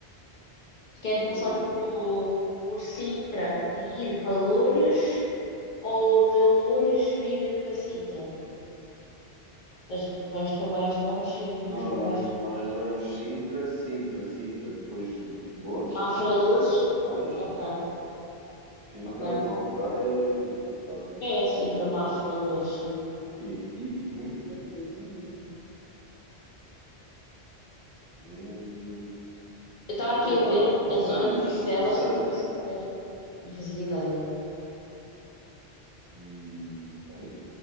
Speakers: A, on the left (about 50°); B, on the right (about 40°).
A: Querem
B: Quinta
A: começar
B: da
A: tipo
B: Cascata.
A: por Sintra e ir para Loures ou de Loures vir para Sintra? Ou seja, vamos para mais longe e vimos
B: Não,
A: para
B: nós,
A: mais.
B: nós vamos Sintra, Sintra, Sintra, depois de Loures,
A: Mafra
B: que aquilo fica
A: Loures?
B: ao pé de Bucelas.
A: Ok,
B: Sintra,
A: ok.
B: Malveira, pronto,
A: É
B: Malveira
A: Sintra, Mafra
B: também deve
A: Loures,
B: ter.
A: sim.
B: Tem aqui muita coisa mesmo. Hum.
A: Eu estava
B: Então
A: aqui a
B: vá,
A: ver
B: começamos,
A: a zona de Bucelas,
B: começamos.
A: tem muita coisa para ver. Não fazia ideia.
B: E tem?